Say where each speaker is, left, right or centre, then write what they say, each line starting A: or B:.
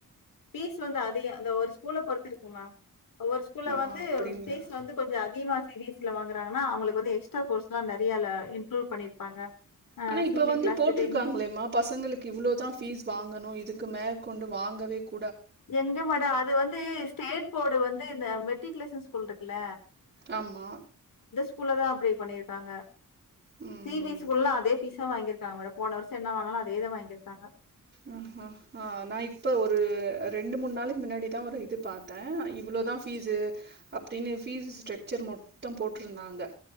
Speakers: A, on the left; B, on the right.
A: பீஸ் வந்து அதி அந்த ஒரு ஸ்கூல பொறுத்து இருக்குமா ஒவ்வொரு ஸ்கூல்ல
B: ஆ
A: வந்து
B: அப்படிங்களா
A: பீஸ் வந்து கொஞ்சோ அத் விமாஸ் நிவீஸ்ல வாங்குறாங்கன்னா அவுங்களுக்கு வந்து எக்ஸ்ட்ரா கோர்ஸ்லா நெறைய இன்குளுட் பண்ணி இருப்பாங்க ஹ
B: ஆனா, இப்ப
A: ஸ்விம்மிங்
B: வந்து
A: கிளாஸ்
B: போட்டிருக்காங்களேம்மா
A: டென்னிஸ்
B: பசங்களுக்கு இவ்வளோ தா ஃபீஸ் வாங்கணு இதுக்க மேற்கொண்டு வாங்கவே கூ
A: எங்க மேடோ அது வந்து ஸ்டேட் போர்டு வந்து இந்த மெட்டிகுலேஷன் ஸ் கூல் இருக்குல
B: ஆமா
A: ஸ்கூல்ல தா அப்டி பண்ணிருக்காங்க
B: ம்.
A: ஷி பி ஸ்கூல்லா அதே பீஸா வாங்கிக் இருக்காங்க மேடோ போன வருஷோ என்ன வாங்குனாங்கலோ அதேதா வாங்கிருக்காங்க
B: ம்ம் ஆஹஹ ஆஹ நா இப்ப ஒரு ரெண்டு மூணு நாளைக்கு முன்னாடிதா ஒரு இது பாத்தே இவ்வளோதா பீஸ்சு அப்டின்னு பீஸ் ஸ்ட்ரக்சர் மொத்தோ போட்டிருந்தாங்க